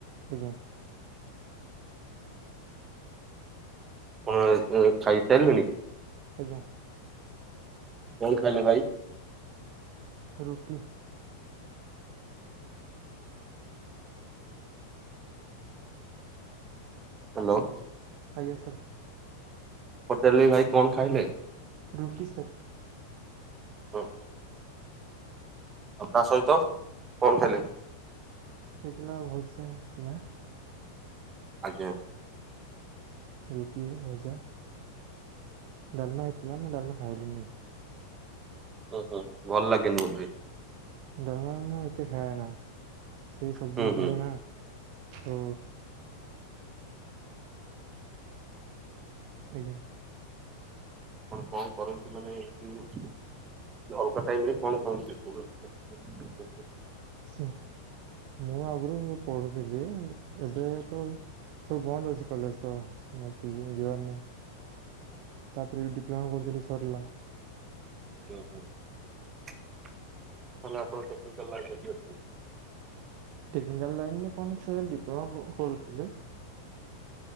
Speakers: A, on the right; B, on the right.
A: ଆଜ୍ଞା।
B: ଆପଣ ଖାଇସାରିଲେଣି?
A: ଆଜ୍ଞା।
B: କଣ ଖାଇଲେ ଭାଇ?
A: ରୁଟି।
B: ହାଲୋ।
A: ଆଜ୍ଞା ସାର୍।
B: ହୋଟେଲରେ ଭାଇ କଣ ଖାଇଲେ?
A: ରୁଟି ସର୍।
B: ଓ ହ। ଆଉ ତା ସହିତ କଣ ଖାଇଲେ?
A: ହେଇଥିଲା ଭଲସେ ହେଇଥିଲା।
B: ଆଜ୍ଞା।
A: ରୁଟି, ଭଜା, ଡାଲମା ହେଇଥିଲା। ମୁଁ ଡାଲମା ଖାଇଲିିନି।
B: ହ ହୁଁ ଭଲ ଲାଗେନି ବୋଧେ।
A: ଡାଲମା ମୁଁ ଏତେ ଖାଏନା, ସେ ସବଜିି
B: ହୁଁ
A: ବି
B: ହୁଁ।
A: ପଡେ ନା। ହଁ। ଆଜ୍ଞା।
B: ଆପଣ କଣ କରନ୍ତି ମାନେ ଏଠି? ଅଲଗା ଟାଇମରେ କଣ କରନ୍ତି କୁହନ୍ତୁ? <unintelligible>
A: ସେ ମୁଁ ଆଗରୁ ପଢୁଥିଲି ଏବେ ତ ସବୁ ବନ୍ଦ ଅଛି, କଲେଜ ତ ମତେତ ଯିବାର ନାହିଁ। ତାପରେ ବି ଡିପ୍ଲୋମା କରୁଥିଲି, ସରିଲା।
B: ଓ ହୋ। ତାଲେ ଆପଣ ଟେକ୍ନିକାଲ ଲାଇନରେ ବି ଅଛନ୍ତି।
A: ଟେକ୍ନିକାଲ ଲାଇନ ରେ କଣ? ସେ ଡିପ୍ଲୋମା କର କରୁଥିଲେ।